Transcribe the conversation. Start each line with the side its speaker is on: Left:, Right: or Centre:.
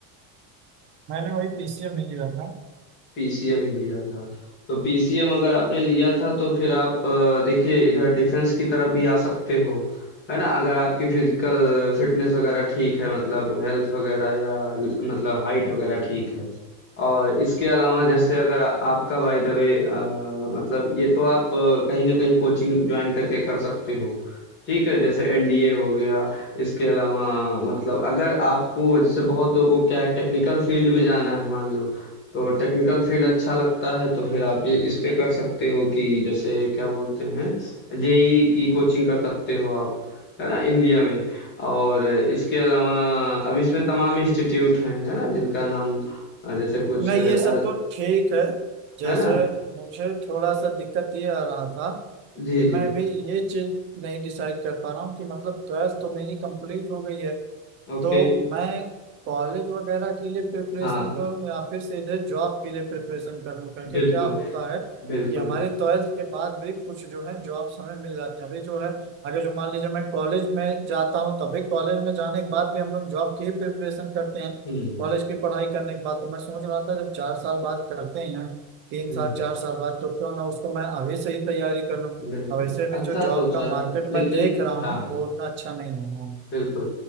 Right: मैंने वही पीसीएम ही लिया था
Left: पीसीएम ही लिया था। तो पीसीएम अगर आपने लिया था तो फिर आप अ, देखिए इधर डिफेंस की तरफ भी आ सकते हो, है ना? अगर आपकी फिजिकल फिटनेस वगैरह ठीक है मतलब हेल्थ वगैरह या ल- मतलब हाइट वगैरह ठीक है। और इसके अलावा जैसे
Right: हाँ
Left: अगर आ- आपका बाय द वे मतलब ये तो आप अ, कहीं ना कहीं कोचिंग ज्वाइन करके कर सकते हो ठीक है जैसे एनडीए हो गया इसके अलावा मतलब अगर आपको जैसे बहुत लोगों को क्या है टेक्निकल फील्ड में जाना है मान लो तो टेक्निकल फील्ड अच्छा लगता है तो फिर आप ये इस पे कर सकते हो कि जैसे क्या बोलते हैं जेई की कोचिंग कर सकते हो आप है ना इंडिया में और इसके अलावा अब इसमें तमाम इंस्टीट्यूट हैं है ना जिनका नाम अ, जैसे कुछ
Right: नहीं
Left: अ,
Right: ये
Left: अल,
Right: सब तो ठीक है जैसे
Left: है ना
Right: मुझे थोड़ा सा दिक्कत ये आ रहा था
Left: जी
Right: कि मैं
Left: जी
Right: भी ये चीज नहीं डिसाइड कर पा रहा हूँ कि मतलब ट्वेल्थ तो मेरी कंप्लीट हो गई है
Left: ओके
Right: तो मैं कॉलेज वगैरह के लिए प्रिपरेशन
Left: हाँ
Right: करूं या फिर सीधे जॉब के लिए प्रिपरेशन करूं क्योंकि
Left: बिल्कुल
Right: क्या होता है
Left: बिल्कुल
Right: कि हमारे
Left: बिल्कुल
Right: ट्वेल्थ के बाद भी कुछ जो है जॉब्स हमें मिल जाती है अभी जो है अगर जो मान लीजिए मैं कॉलेज में जाता हूँ तभी कॉलेज में जाने के बाद भी हम लोग जॉब की ही प्रिपरेशन करते हैं
Left: हम्म
Right: कॉलेज की पढ़ाई करने के बाद तो मैं सोच रहा था जब चार साल बाद करते ही हैं तीन
Left: हम्म
Right: साल चार साल बाद तो क्यों ना उसको मैं अभी से ही तैयारी कर लूँ
Left: बिल्कुल,
Right: और वैसे भी
Left: अच्छा
Right: जो जॉब
Left: सोचा
Right: का मार्केट
Left: है लेकिन
Right: मैं देख रहा हूँ
Left: हाँ,
Right: वो उतना अच्छा नहीं हो रहा है
Left: बिल्कुल।